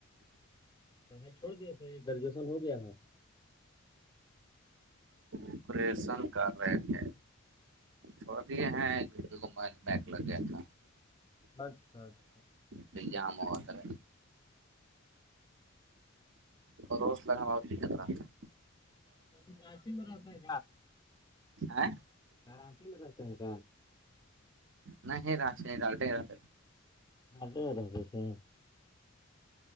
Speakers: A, on the left (about 20°); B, on the right (about 60°).
A: پڑھائی چھوڑ دیا تھا یہ گریجویشن ہو گیا ہےاں
B: آپریشن کر رہے ہیں تو ہے ج مبائ بیک لگ گیا تھا
A: اچھا اچھا
B: پ جام ہوگتار اور روز لگا بہت دقت رہا تھا
A: ب رچ میں رہتا ہے
B: آ
A: ک آپ میں رہتے ہیں کا
B: نہ ہے را ڈال ہے رہا
A: ہو رہ تھے